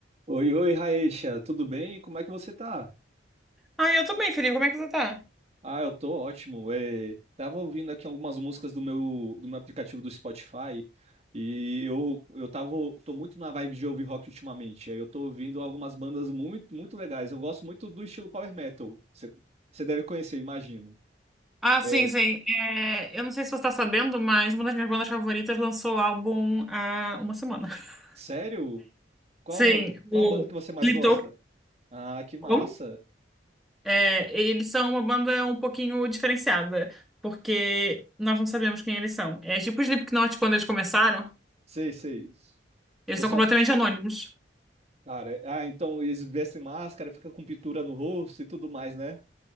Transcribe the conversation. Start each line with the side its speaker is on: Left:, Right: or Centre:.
Right: Oi, oi, Raecha, tudo bem? Como é que você tá?
Centre: Ah, eu tô bem, Felipe. Como é que você tá?
Right: Ah, eu tô ótimo. É, tava ouvindo aqui algumas músicas do meu, do meu aplicativo do Spotify e eu, eu tava, tô muito na vibe de ouvir rock ultimamente. Aí eu tô ouvindo algumas bandas muito, muito legais. Eu gosto muito do estilo power metal. Você você deve conhecer, imagino.
Centre: Ah,
Right: É,
Centre: sim, sim. É, eu não sei se você está sabendo, mas uma das minhas bandas favoritas lançou o álbum há uma semana. <laughs>
Right: sério? Qual,
Centre: Sim,
Right: qual
Centre: o
Right: a banda que você mais
Centre: Sleep
Right: gosta? Ah, que massa.
Centre: como? É, eles são uma banda um pouquinho diferenciada, porque nós não sabemos quem eles são. É tipo o Slipknot quando eles começaram,
Right: Sei, sei.
Centre: eles
Right: Tô
Centre: são
Right: sab...
Centre: completamente anônimos.
Right: Cara, é, ah, então eles vestem máscara, fica com pintura no rosto e tudo mais, né?